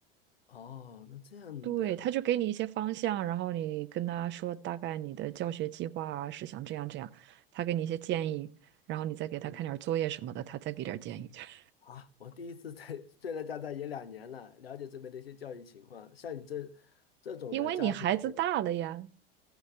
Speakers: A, on the left; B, on the right.
A: 哦，那这样的，
B: 对，他就给你一些方向，然后你跟他说大概你的教学计划啊是想这样这样，他给你一些建议，然后你再给他看点儿作业什么的，
A: 嗯，
B: 他再给点儿建议。<laughs>
A: 啊，我第一次在虽然加拿大也两年了，了解这边的一些教育情况。像你这这种的家庭，
B: 因为你孩子大了呀，
A: 那个